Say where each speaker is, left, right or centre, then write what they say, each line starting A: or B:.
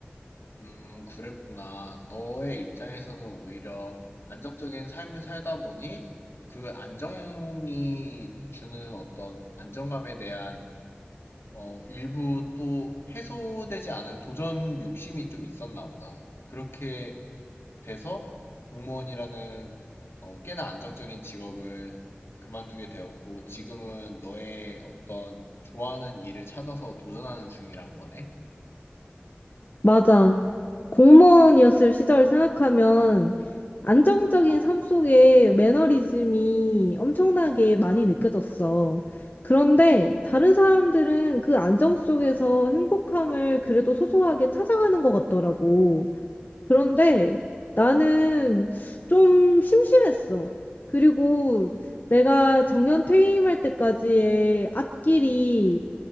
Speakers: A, on the left; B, on the left.
A: 음, 그랬구나. 너의 입장에서는 오히려 안정적인 삶을 살다 보니 그 안정이 주는 어떤 안정감에 대한 어, 일부 또 해소되지 않은 도전 욕심이 좀 있었나 보다. 그렇게 돼서 공무원이라는 어, 꽤나 안정적인 직업을 그만두게 되었고 지금은 너의 어떤 좋아하는 일을 찾아서 도전하는 중이란 거네.
B: 맞아. 공무원이었을 시절 생각하면 안정적인 삶 속에 매너리즘이 엄청나게 많이 느껴졌어. 그런데 다른 사람들은 그 안정 속에서 행복함을 그래도 소소하게 찾아가는 것 같더라고. 그런데 나는 좀 심심했어. 그리고 내가 정년 퇴임할 때까지의 앞길이